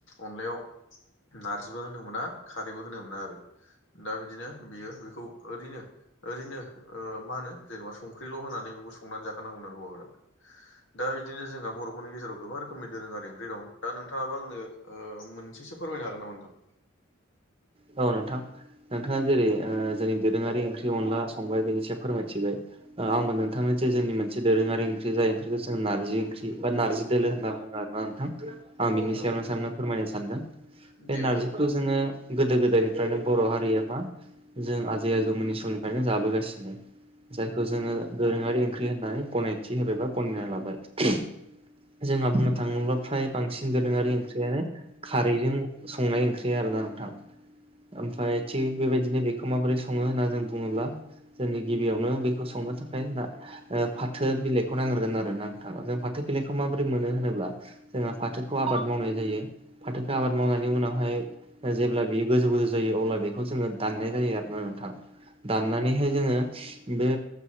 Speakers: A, on the left; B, on the right.
A: अनलायाव नारजिबो होनो मोना खारैबो होनो मोना आरो दा बिदिनो बियो बेखौ ओरैनो ओरैनो ओ मा होनो जेनेबा संख्रिल' होनानै बेखौ संनानै जाखानांगौ आरो हौवाफोरा दा बिदिनो जोंहा बर'फोरनि गेजेराव गोबां रोखोमनि दोरोङारि ओंख्रि दं दा नोंथाङाबो आंनो ओ मोनसेसो फोरमायनो हागोन नामा नोंथां
B: औ नोंथां नोंथाङा जेरै ओ जोंनि दोरोङारि ओंख्रि अनला संबाय बिनि सायाव फोरमायथिबाय ओ आंबो नोंथांनि जोंनि मोनसे दोरोङारि ओंख्रि जाय ओंख्रिखौ जों नारजि ओंख्रि बा नारजि दोलो होनना बुङो आरोना नों थां आं
A: औ
B: बिनि
A: नोंथां
B: सायावनो नोंथांनो फोरमायनो सानदों बे
A: दे नोंथां
B: नारजिखौ जोङो गोदो गोदायनिफ्रायनो बर' हारिया मा जों आजै आजौमोननि समनिफ्रायनो जाबोगासिनो जायखौ जोङो दोरोङारि ओंख्रि होननानै गनायथि होबाय बा गनायना लाबाय जोंहा बुंनो थाङोब्ला फ्राय बांसिन दोरोङारि ओंख्रियानो खारैजों संनाय ओंख्रि आरोना नोंथां ओमफ्राय थिग बेबायदिनो बेखौ माबोरै सङो होनना जों बुङोब्ला जोंनि गिबियावनो बेखौ संनो थाखाय दा ओ फाथो बिलाइखौ नांग्रोगोन आरो ना नोंथां जों फाथो बिलाइखौ माबोरै मोनो होनोब्ला जोंहा फाथोखौ आबाद मावनाय जायो फाथोखौ आबाद मावनायनि उनावहाय जे ब्ला बेयो गोजौ गोजौ जायो अब्ला बेखौ जोङो दाननाय जायो आरोना नोंथां दानना नैहाय जोङो बे